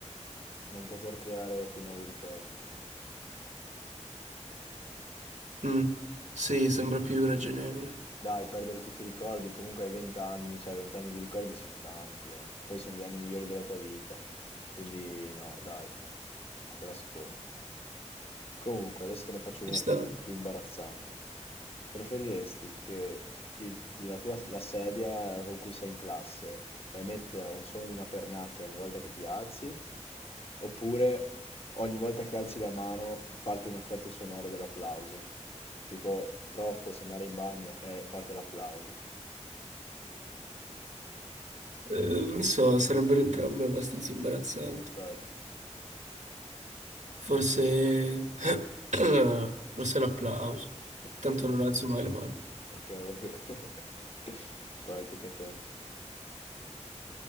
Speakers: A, on the left; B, on the right.
A: Non poter creare più nuovi ricordi.
B: Mm, sì, sembra più ragionevole.
A: Dai, perdere tutti i ricordi, comunque hai 20 anni, cioè 20 anni di ricordi sono tanti, eh. Poi sono gli anni migliori della tua vita. Quindi no, dai, quella seconda. Comunque, adesso te ne faccio
B: Ci
A: una
B: sta.
A: più, più imbarazzante. Preferiresti che il- la tua, la sedia con cui sei in classe emette un suono di una pernacchia ogni volta che ti alzi, oppure ogni volta che alzi la mano parte un effetto sonoro dell'applauso. Tipo, prof, posso andare in bagno? E parte l'applauso.
B: Eh, non so, sarebbero entrambe abbastanza imbarazzanti.
A: Eh, infatti.
B: Forse... <coughs> <clears throat> Forse l'applauso.
A: Ok,
B: Tanto non alzo mai la mano.
A: ok, va bene. <laughs> Vai, tocca a te.